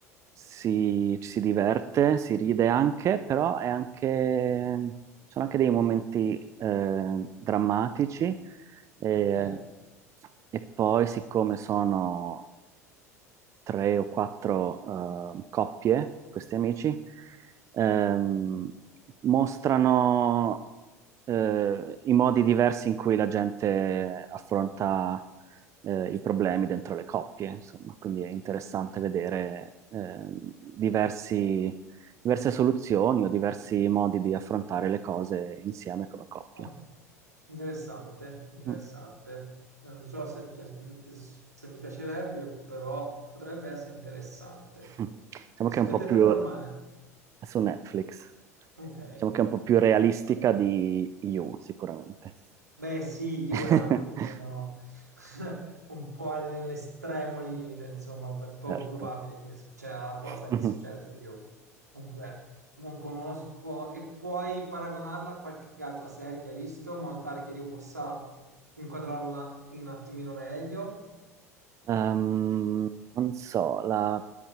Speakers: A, on the right (about 35°); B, on the right (about 85°).
A: si, ci si diverte, si ride anche, però è anche, sono anche dei momenti eh, drammatici. E,
B: Ok.
A: e poi, siccome sono tre o quattro eh, coppie, questi amici, ehm, mostrano eh, i modi diversi in cui la gente affronta eh, i problemi dentro le coppie, insomma, quindi è interessante vedere eh, diversi- diverse soluzioni o diversi modi di affrontare le cose insieme come coppia.
B: Oh, interessante, interessante.
A: Mm.
B: Non so se, pi- se mi piacerebbe, però potrebbe essere interessante.
A: <laughs> Diciamo
B: E
A: che
B: su
A: è un
B: che
A: po'
B: piattaforma
A: più
B: è?
A: è su Netflix,
B: Ok.
A: diciamo che è un po' più realistica di You, sicuramente.
B: Beh, sì, Juve
A: <laughs>
B: è un attimino <laughs> un po' all'estremo limite, insomma, è poco
A: Certo.
B: probabile che succeda una cosa
A: <laughs>
B: che succede su Juve. Comunque, non conosco e puoi paragonarla a qualche altra serie che hai visto, in modo tale che io possa inquadrarla in un attimino meglio.
A: Ehm, non so, la